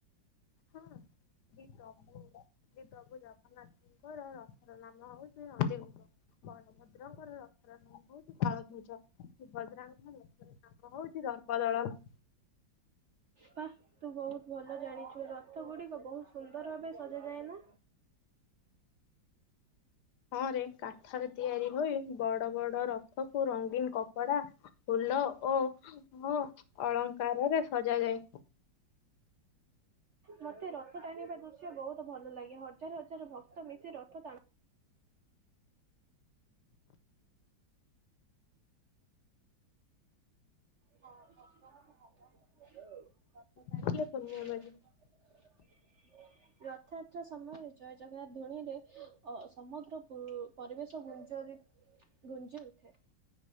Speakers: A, on the left; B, on the right.
A: ହଁ <inaudible> ପ୍ରଭୁ ଜଗନ୍ନାଥ। <unintelligible> ନାମ ହଉଛି ନନ୍ଦିଘୋଷ ବଳଭଦ୍ରଙ୍କର ରଥର ନାମ ହଉଛି ତାଳଧ୍ୱଜ ଶୁଭ ସୁଭଦ୍ରାଙ୍କ ରଥର ନାମ ହଉଛି ଧର୍ପ ଦଳନ।
B: ବାଃ। ତୁ ବହୁତ ଭଲ ଜାଣିଛୁ ରଥ ଗୁଡିକ ବହୁତ ସୁନ୍ଦର ଭାବେ ସଜ ଯାଏ ନା।
A: ହଁ ରେ କାଠରେ ତିଆରି ହୋଇ ବଡ ବଡ ରଥକୁ ରଙ୍ଗୀନ କପଡା ଭଲ ଓ ଓ ଅଳଙ୍କାରରେ ସଜାଯାଏ।
B: ମୋତେ ରଥ ଟାଣିବା ଦୃଶ୍ୟ ବହୁତ ଭଲ ଲାଗେ ହଜାର ହଜାର ଭକ୍ତ ମିଶି ରଥ ଟାଣ <unintelligible>
A: ଦେଖିଲେ ପୁଣ୍ୟ ମିଳେ। <inaudible>
B: ରଥଯାତ୍ରା ସମୟରେ ଜୟ ଜଗନ୍ନାଥ ଧୂଣିରେ ଅ ସମଗ୍ର ପରିବେଶ ଗୁଞ୍ଜ ଗୁଞ୍ଜି ଉଠେ।